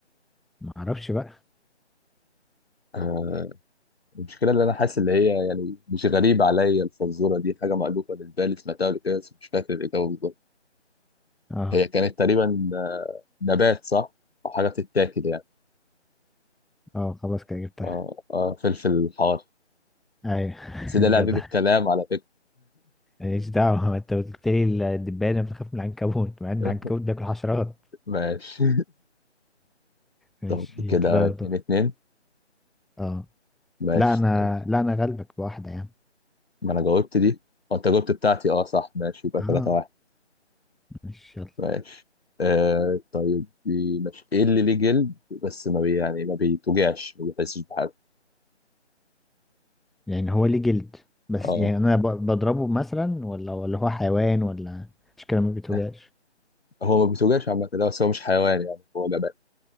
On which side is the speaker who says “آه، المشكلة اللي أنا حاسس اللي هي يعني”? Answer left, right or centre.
Left